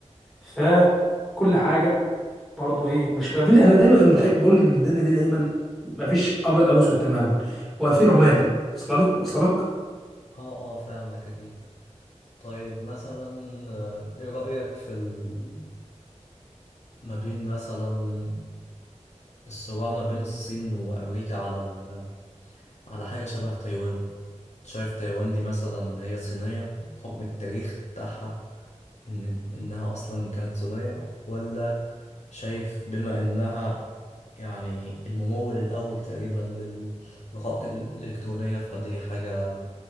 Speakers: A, in the centre; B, on the left.
A: فكل حاجه برضه ايه مش ما فيش انا دايما متاكد بقول ان الدنيا دي دايما ما فيش ابيض او اسود تماما هو في رمادي وصل لي وصل لك
B: اه اه فاهمك اكيد طيب مثلا آه، ايه رأيك في ال... ما بين مثلا الصراع ما بين الصين وامريكا على ال... على حاجة شبه تايوان شايف تايوان دي مثلا هي صينية بحكم التاريخ بتاعها ان انها اصلا كانت صينية ولا شايف بما انها يعني الممول الأول تقريبا للرقائق الإلكترونية فدي حاجة